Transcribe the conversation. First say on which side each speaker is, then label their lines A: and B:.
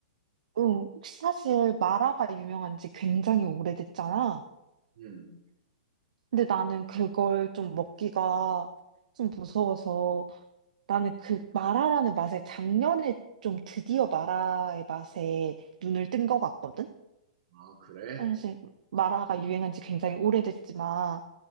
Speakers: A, on the right; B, on the right.
A: 응, 혹시 사실 마라가 유명한 지 굉장히 오래됐잖아.
B: 음.
A: 근데 나는 그걸 좀 먹기가 좀 무서워서 나는 그 마라라는 맛에 작년에 좀 드디어 마라의 맛에 눈을 뜬 것 같거든?
B: 아, 그래?
A: 사실 마라가 유행한 지 굉장히 오래됐지만